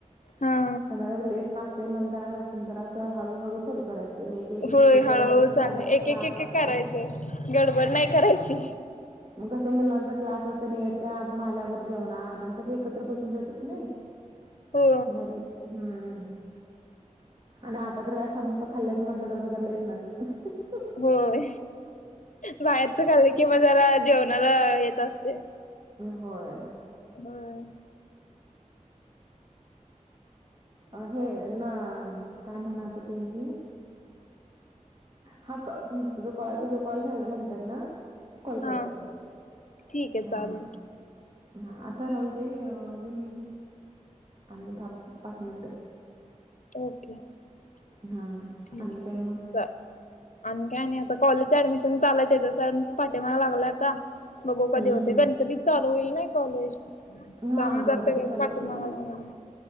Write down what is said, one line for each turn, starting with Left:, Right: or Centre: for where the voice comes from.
Left: हा
Right: संध्याकाळच लेटन असतयं म्हणताना त्यास जरा हळूहळू चालू करायचं एक एक एक
Left: होय
Right: होपर्यंत
Left: हळूहळू चालू
Right: साडेसात
Left: एक एक
Right: आठ
Left: एक
Right: वाजतयं.
Left: एक करायचंय गडबड नाय करायची.
Right: मग कस मुलांचा क्लास असतोय म त्यंनी येत्यात म आल्यावर जेवणार आणि सगळे एकत्र बसून जेवतात नाही.
Left: हो
Right: झाल हम्म आणि आता तर काय समोसा खाल्ल्याचं म्हटलं तर आता जरा लेटनचं अ हं.
Left: होय बाहेरच खाल्लं कि म जरा जेवणाला हेच असतयं.
Right: होय.
Left: हम्म.
Right: अ हे ना काय म्हणयलतो ते मी हा कॉ तुझ कॉल तुझा कॉल झाल्यानंतरन कॉल
Left: हा
Right: करते.
Left: ठीक आहे चालेल
Right: हा हा हा आता राहू दे अजून आणि दहाप पाच मिनटं.
Left: ओके ठीक
Right: हां
Left: आहे
Right: आणि
Left: चल
Right: काय मग
Left: चाल. आणि काय नाही आता कॉलेजचं ऍडमिशन चालूय त्याच्याच पाठिमाग लागलोय आता. बघू कधी
Right: हम्म
Left: होतंय
Right: हम्म
Left: गणपतीत चालू होईल नाही कॉलेज. त्यामुळं
Right: हां
Left: जरा
Right: गणपती
Left: त्याच्याच
Right: चालू
Left: पाठीमाग
Right: होते काय
Left: लागलोय.